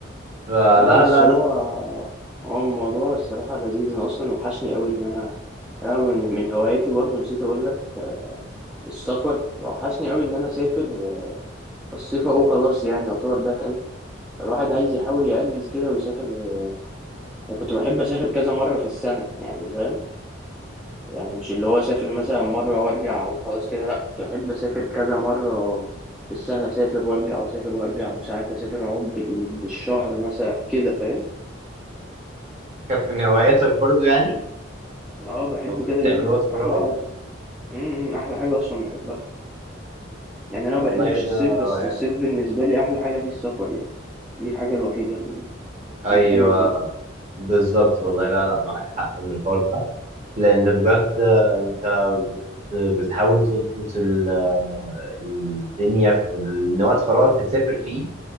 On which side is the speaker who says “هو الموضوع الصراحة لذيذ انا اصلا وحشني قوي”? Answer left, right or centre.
Centre